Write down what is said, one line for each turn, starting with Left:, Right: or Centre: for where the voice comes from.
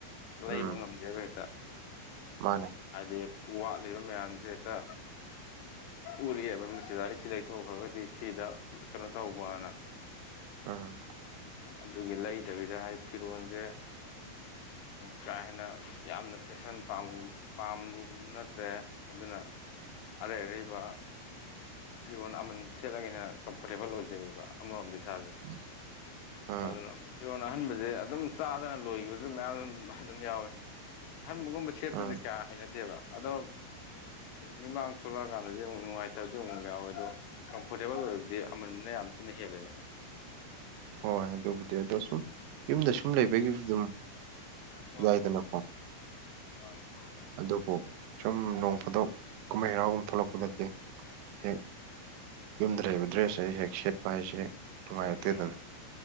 Right: ꯎꯝ
Left: ꯂꯩꯕ ꯉꯝꯗꯦꯕ ꯍꯦꯛꯇ
Right: ꯃꯥꯅꯦ
Left: ꯍꯥꯏꯗꯤ ꯋꯥꯠꯂꯤꯕ ꯃꯌꯥꯝꯁꯦ ꯍꯦꯛꯇ ꯎꯔꯤꯑꯦꯕ ꯃꯁꯤꯗ ꯑꯩ ꯁꯤ ꯂꯩꯊꯣꯛꯈ꯭ꯔꯒꯗꯤ ꯁꯤꯗ ꯀꯩꯅꯣ ꯇꯧꯕꯅ
Right: ꯎꯝ
Left: ꯑꯗꯨꯒꯤ ꯂꯩꯗꯕꯤꯗ ꯍꯥꯏ ꯐꯤꯔꯣꯟꯖꯦ ꯀꯥ ꯍꯦꯟꯅ ꯌꯥꯝꯅ ꯐꯦꯁꯟ ꯄꯥꯝꯃꯨ ꯄꯝꯃꯨꯕꯁꯨ ꯅꯠꯇ꯭ꯔꯦ ꯑꯗꯨꯅ ꯑꯔꯩ ꯑꯔꯩꯕ ꯐꯤꯔꯣꯟ ꯑꯃꯟꯕ ꯁꯦꯠꯂꯒꯅ ꯀꯝꯐꯣꯔꯇꯦꯕꯜ ꯑꯣꯏꯖꯩꯑꯕ ꯑꯃꯔꯣꯝꯗ ꯏꯁꯥꯖꯦ ꯫
Right: <unintelligible> ꯎꯝ
Left: <unintelligible> ꯀꯤꯔꯣꯟ ꯑꯍꯟꯕꯁꯦ ꯑꯗꯨꯝ ꯆꯥꯗꯅ ꯂꯣꯏꯈꯤꯕꯁꯨ ꯃꯌꯥꯝ ꯑꯗꯨ ꯑꯗꯨꯝ ꯌꯥꯎꯋꯦ ꯑꯍꯟꯕꯒꯨꯝꯕ ꯁꯦꯠꯄꯁꯦ
Right: ꯎꯝ
Left: ꯀꯌꯥ ꯍꯩꯅꯗꯦꯕ ꯑꯗꯣ ꯃꯤꯃꯥꯡ ꯊꯣꯛꯂꯛꯑꯀꯥꯟꯗꯗꯤ ꯑꯃꯨꯛ ꯅꯨꯡꯉꯥꯏꯇꯕꯗꯤ ꯑꯃꯨꯛ ꯌꯥꯎꯋꯦ ꯑꯗꯣ ꯀꯝꯐꯣꯔꯇꯦꯕꯜ ꯑꯣꯏꯔꯕꯗꯤ ꯑꯃꯟꯕꯅ ꯌꯥꯝ ꯊꯤꯟꯅ ꯍꯦꯜꯂꯦꯕ
Right: ꯍꯣꯏ ꯑꯗꯨꯕꯨꯗꯤ ꯑꯗꯣ ꯁꯨꯝ ꯌꯨꯝꯗ ꯁꯨꯝ ꯂꯩꯕꯒꯤ ꯑꯗꯨꯝ
Left: ꯃꯥꯅꯦ
Right: ꯌꯥꯏꯗꯅ
Left: ꯃꯥꯅꯦ
Right: ꯑꯗꯨꯕꯨ ꯁꯨꯝ ꯅꯣꯡ ꯐꯥꯗꯣꯛ ꯀꯨꯝꯍꯩ ꯍꯔꯥꯎꯒꯨꯝ ꯊꯣꯛꯂꯛꯄꯇꯦ ꯍꯦꯛ ꯌꯨꯝꯗ ꯂꯩꯕ ꯗ꯭ꯔꯦꯁ ꯍꯦꯛ ꯁꯦꯠꯄ ꯍꯥꯏꯁꯦ ꯍꯦꯛ ꯅꯨꯡꯉꯥꯏꯔꯛꯇꯦꯗꯅ
Left: ꯎꯝ ꯎꯝ